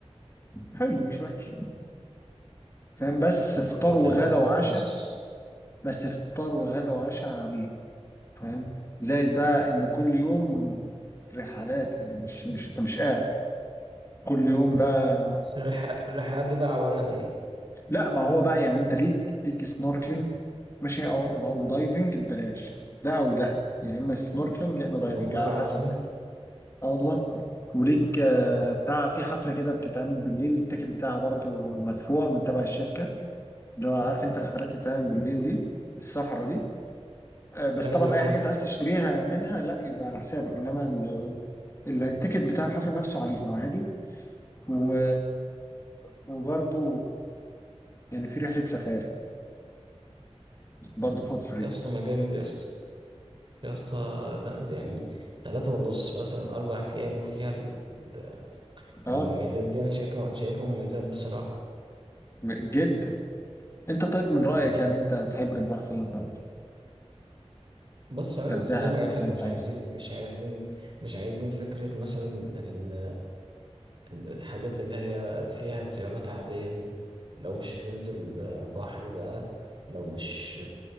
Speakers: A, on the left; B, on the right.
A: حلو مش وحش فاهم بس فطار
B: بتلاتة
A: وغدا وعشاء
B: ونص
A: بس فطار وغدا وعشاء عبيد فاهم زائد بقى ان كل يوم رحلات يعني مش مش انت مش قاعد كل يوم بقى
B: بس الرح- الرحلات دي بقى عبارة عن ايه
A: لا ما هو بقى يعني انت ليك ليك سنوركلينج ماشي او او دايفنج ببلاش ده او ده يعني يا اما سنوركلينج يا اما دايفنج
B: والله
A: على
B: العظيم
A: حسب بقى اه والله وليك آه، بتاع في حفله كده بتتعمل بالليل التيكت بتاعها برضو مدفوع من تبع الشركه اللي هو عارف انت الحفلات اللي بتتعمل بالليل دي الصحراء دي آه، بس
B: ايوه
A: طبعا اي
B: ايوه
A: حاجه انت عايز تشتريها منها لا يبقى على حسابك انما ال- ال- التيكت بتاع الحفل نفسه عليهم عادي و... وبرضو يعني في رحله سفاري برضو فور فري
B: يا اسطى ما جامد يا اسطى يا اسطى ده ده يعني تلاتة ونص مثلا أربع أيام وفيها ال- ال-
A: اه
B: المميزات دي أنا شايفها شايفها مميزات بصراحة
A: جدا انت طيب من رايك يعني انت تحب نروح فين طيب
B: بص أنا
A: الغردقه
B: لسه زي ما قايل
A: ولا
B: لك
A: انت
B: مش عايزين
A: عايز
B: مش عايزين مش عايزين فكرة مثلا ال- الحاجات اللي هي فيها زيارات عادية دي لو مش تنزل بحر بقى لو مش